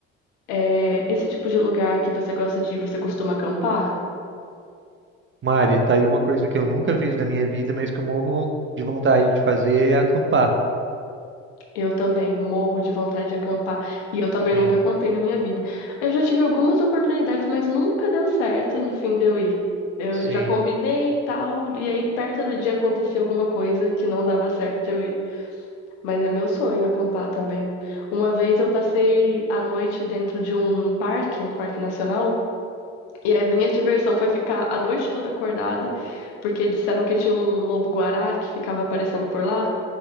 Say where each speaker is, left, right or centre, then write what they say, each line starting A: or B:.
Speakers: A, on the left; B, on the right.
A: É, esse tipo de lugar que você gosta de ir, você costuma acampar?
B: Mari, tá aí uma coisa que eu nunca fiz da minha vida, mas que eu morro von- de vontade de fazer é acampar.
A: Eu também morro de vontade de acampar. E eu também
B: Sim,
A: nunca acampei na minha vida. Eu já tive algumas oportunidades, mas nunca deu certo no fim de eu ir. Eu
B: sim.
A: já combinei e tal, e aí perto do dia acontecia alguma coisa que não dava certo de eu ir. Mas é meu sonho acampar também. Uma vez eu passei a noite dentro de um parque, um parque nacional, e a minha diversão foi ficar a noite toda acordada, porque disseram que tinha um lobo-guará que ficava aparecendo por lá.